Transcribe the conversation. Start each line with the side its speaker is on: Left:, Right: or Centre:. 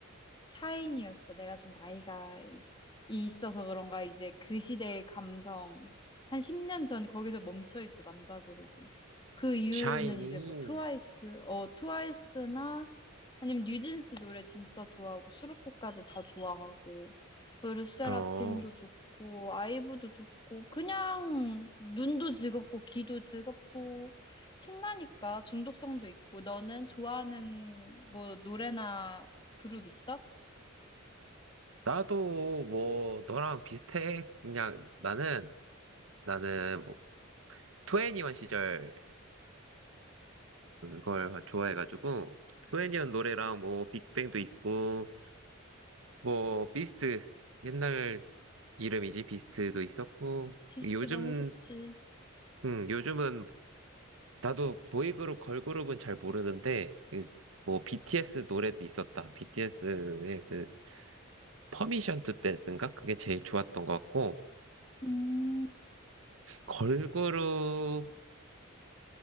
Left: 샤이니였어. 내가 좀 나이가 있, 있어서 그런가 이제 그 시대의 감성. 한 10년 전 거기서 멈춰 있어, 남자 그룹은. 그 이후로는
Right: 샤이니,
Left: 이제 뭐 트와이스, 어, 트와이스나 아니면 뉴진스 노래 진짜 좋아하고 수록곡까지 다 좋아하고 르세라핌도
Right: 어,
Left: 좋고 아이브도 좋고 그냥 눈도 즐겁고 귀도 즐겁고 신나니까 중독성도 있고 너는 좋아하는 뭐 노래나 그룹 있어?
Right: 나도 뭐, 너랑 비슷해. 그냥 나는, 나는 뭐, 2 n e 시절에 그걸 좋아해가지고, 투애니원 노래랑 뭐, 빅뱅도 있고, 뭐, 비스트, 옛날 이름이지, 비스트도 있었고,
Left: 비스트
Right: 요즘,
Left: 너무 좋지.
Right: 음, 요즘은 나도 보이그룹, 걸그룹은 잘 모르는데, 그, 뭐, BTS 노래도 있었다. BTS의 그, 퍼미션 투 댄스인가? 그게 제일 좋았던 것 같고,
Left: 음.
Right: 걸그룹은,